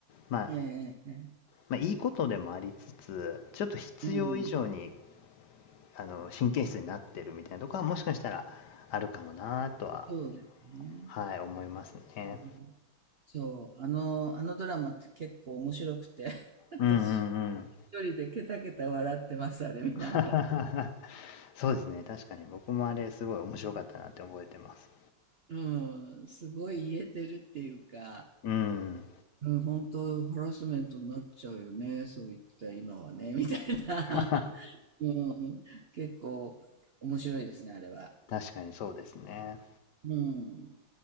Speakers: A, on the left; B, on the right.
A: まあ、
B: ええええ。
A: まあ、いいことでもありつつ、ちょっと必要以上に
B: うん。
A: あの神経質になってるみたいなとこはもしかしたらあるかもなとは、
B: そうですね。
A: はい、思いますね。
B: うん、そう、あの、あのドラマって結構面白くて <laughs>、私。
A: うんうんうん。
B: 一人でケタケタ笑ってます、あれ見ながら。
A: <laughs> そうですね、確かに僕もあれすごい面白かったなって覚えてます。
B: うん、すごい言えてるっていうか、
A: うん。
B: うん、本当ハラスメントになっちゃうよね、そういった今はね、みたいな。
A: <laughs>
B: <laughs> うん、結構面白いですね、あれは。
A: 確かにそうですね。
B: うん。